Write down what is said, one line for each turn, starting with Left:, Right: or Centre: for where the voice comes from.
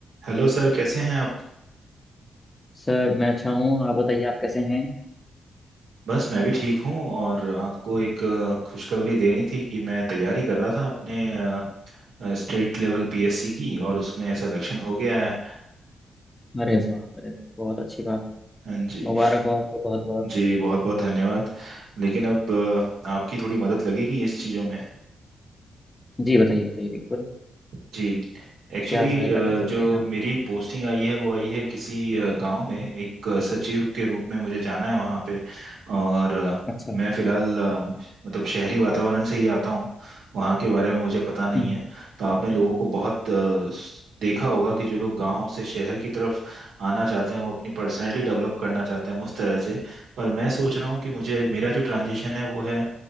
Right: Hello sir कैसे हैं आप
Left: Sir मैं अच्छा हूँ आप बताइए आप कैसे हैं
Right: बस मैं भी ठीक हूँ और आपको एक अ, खुशखबरी देनी थी कि मैं तैयारी कर रहा था अपने स्टेट लेवल पीएससी की और उसमें सिलेक्शन हो गया है
Left: अरे वाह अरे वाह, बहुत अच्छी बात है
Right: हाँ जी
Left: मुबारक हो आपको बहुत बहुत
Right: जी बहुत बहुत धन्यवाद लेकिन अब अ, आपकी थोड़ी मदद लगेगी इस चीज़ों में
Left: जी बताइए बताइए बिल्कुल
Right: जी एक्चुअली
Left: क्या सहायता कर सकते
Right: जो
Left: हैं आप
Right: मेरी पोस्टिंग आई है वो आई है किसी अ, गांव में एक अ, सचिव के रूप में मुझे जाना है वहाँ पे और अ,
Left: अच्छा
Right: मैं
Left: हम्म।
Right: फिलहाल अ, मतलब शहरी वातावरण से ही आता हूँ वहाँ के बारे में मुझे पता नहीं
Left: हम्म।
Right: है तो आपने लोगों को बहुत अ, स- देखा होगा कि जो लोग गांव से शहर की तरफ आना चाहते हैं वो अपनी पर्सनैलिटी डेवलप करना चाहते हैं उस तरह से पर मैं सोच रहा हूँ कि मुझे मेरा जो ट्रांजिशन है वो है